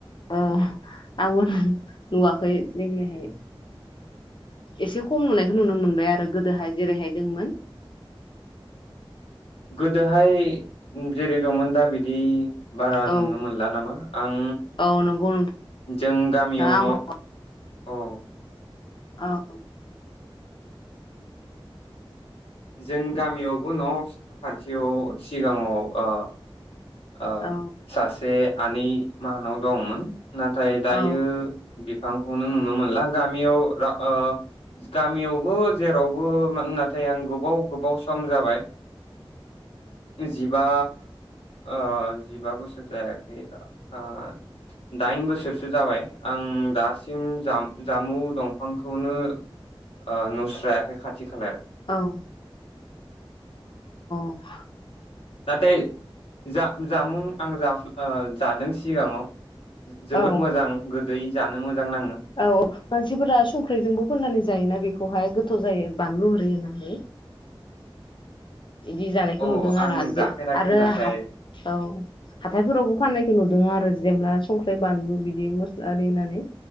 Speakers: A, on the left; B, on the left.
A: औ आंबो नुवाखै देग्लायहाय एसे खम नुनायखौ नुनो मोनबाय आरो गोदोहाय जेरैहाय दंमोन
B: गोदोहाय जेरै दंमोन दा बिदि बिदि बारा
A: औ
B: नुनो मोनला नामा आं
A: औ नंगौ नोंथां
B: जों गामियाव
A: आंबो
B: न' औ
A: औ
B: जों गामियावबो न' खाथियाव सिगाङाव ओ ओ
A: औ
B: सासे आनै माहानाव दंमोन नाथाय दायो
A: औ
B: बिफांखौनो नुनो मोनला गामियाव ओ गामियावबो जेरावबो नाथाय आं गु गोबाव गोबाव सम जाबाय जिबा ओ जिबा बोसोर जायाखै ओ दाइन बोसोरसो जाबाय आं दासिम जाम जामु दंफांखौनो ओ नुस्रायाखै खाथि खालायाव
A: अह <unintelligible>
B: नाथाय जा जामु आं जा ओ जादों सिगाङाव जोबोद
A: औ
B: मोजां गोद दै जानो मोजां नाङो
A: औ मानसिफोरा संख्रिजोंबो फोननानै जायोना बेखौहाय थाव जायो बानलु हिरि होनानै इदि जानायखौ
B: औ
A: नुदों
B: आं
A: आरो
B: जाफेराखै
A: जे आरो
B: नाथाय
A: हाथ औ हाथायफोरावबो फाननाय नुदों आरो जेब्ला संख्रि बानलु बिदि मस्ला आरि होनानै